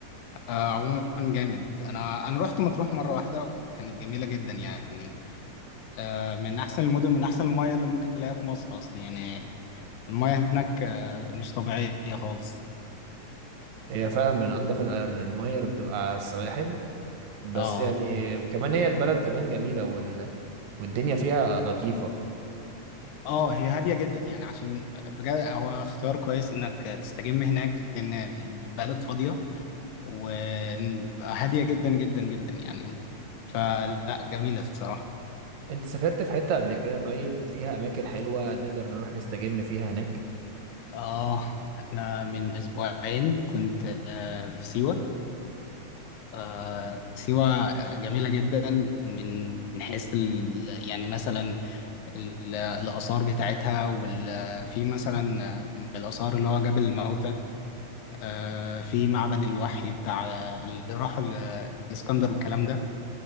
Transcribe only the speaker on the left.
آه عموما جامد أنا أنا رحت مطروح مرة واحدة وكانت جميلة جدا يعني آه من أحسن المدن من أحسن المياه اللي ممكن تلاقيها في مصر أصلا يعني المياه هناك آه مش طبيعية خالص
اه
اه هي هاديه جدا يعني عشان بجد هو اختيار كويس انك تستجم هناك لان البلد فاضيه وهادية جدا جدا جدا يعني فلا جميلة الصراحة
آه أنا من أسبوعين كنت آه في سيوة آه سيوة جميلة جدا من من حيث ال- يعني مثلا ال- الآثار بتاعتها وفي مثلا من الآثار اللي هو جبل الموتى آه في معبد الوحي بتاع اللي راحوا الإسكندر والكلام ده